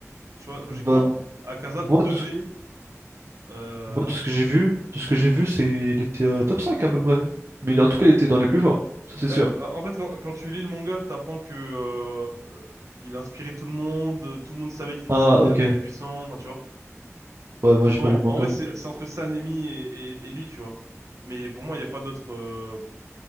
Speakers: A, on the right (about 80°); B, on the right (about 60°).
A: tu vois, logiquement,
B: bah,
A: Akaza
B: moi,
A: devait... euh,
B: Moi, de ce que j'ai vu, de ce que j'ai vu, c'est il était euh, top 5 à peu près. Mais il- en tout cas, il était dans les plus forts, ça c'est
A: Ben,
B: sûr.
A: euh, en fait, quand, quand tu lis le manga, t'apprends que euh, euh, il inspirait tout le monde, euh, tout le monde savait qu'il était
B: Ah,
A: c'était
B: ok.
A: un des plus puissants, enfin tu vois.
B: Ouais, moi j'ai
A: Bon,
B: pas lu le manga
A: en vrai, c'est
B: donc.
A: c'est entre Sanemi et, et, et lui, tu vois. Mais pour moi, il n'y a pas d'autres. euh,